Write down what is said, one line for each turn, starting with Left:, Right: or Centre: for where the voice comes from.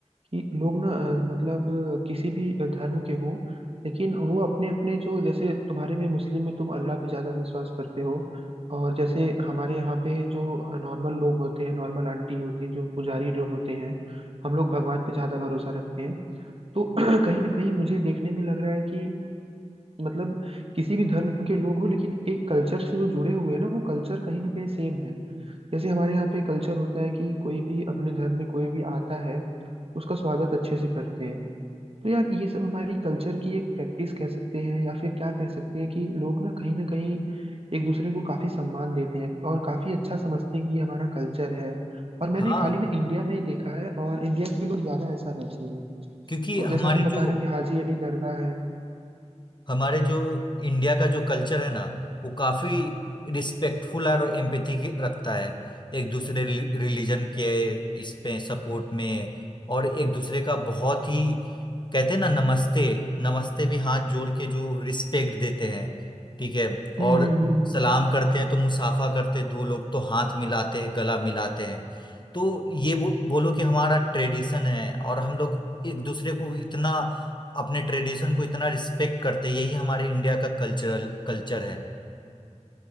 Right: कि लोग ना अ, मतलब अ, किसी भी धर्म के हों लेकिन वो अपने अपने जो जैसे तुम्हारे में मुस्लिम में तुम अल्लाह पे ज्यादा विश्वास करते हो और जैसे हमारे यहाँ पे जो नॉर्मल लोग होते हैं नॉर्मल आंटी होती हैं जो पुजारी जो होते हैं हम लोग भगवान पे ज्यादा भरोसा रखते हैं तो <clears throat> कहीं ना कहीं मुझे देखने में लग रहा है कि मतलब किसी भी धर्म के लोग हो लेकिन एक कल्चर से जो जुड़े हुए हैं ना वो कल्चर कहीं ना कहीं सेम है जैसे हमारे यहाँ पे कल्चर होता है कि कोई भी अपने धर्म में कोई भी आता है तो उसका स्वागत अच्छे से करते हैं तो यार ये सब हमारी कल्चर की एक प्रैक्टिस कह सकते हैं या फिर क्या कह सकते हैं कि लोग ना कहीं ना कहीं एक दूसरे को काफी सम्मान देते हैं और काफी अच्छा समझते हैं कि ये हमारा कल्चर है और मैंने
Left: हाँ
Right: खाली ना इंडिया में ही देखा है और इंडिया के लोग ज्यादा ऐसा रहते हैं
Left: क्योंकि
Right: तो
Left: हमारे
Right: जैसा तुम बता
Left: जो
Right: रहे हो कि हाजी अली दरगाह है
Left: हमारे जो इंडिया का जो कल्चर है ना वो काफी रिस्पेक्टफुल और एम्पैथी रखता है एक दूसरे रिलीजन के इस पे सपोर्ट में और एक दूसरे का बहुत ही कहते हैं ना नमस्ते नमस्ते भी हाथ जोड़ के जो रिस्पेक्ट देते हैं ठीक है
Right: हम्म
Left: और
Right: हम्म हम्म हम्म।
Left: सलाम करते हैं तो मुसाफा करते हैं दो लोग तो हाथ मिलाते हैं गला मिलाते हैं तो ये बो, बोलो कि हमारा ट्रेडिशन है और हम लोग एक दूसरे को इतना अपने ट्रेडिशन को इतना रिस्पेक्ट करते हैं, यही हमारे इंडिया का कल्चरल कल्चर है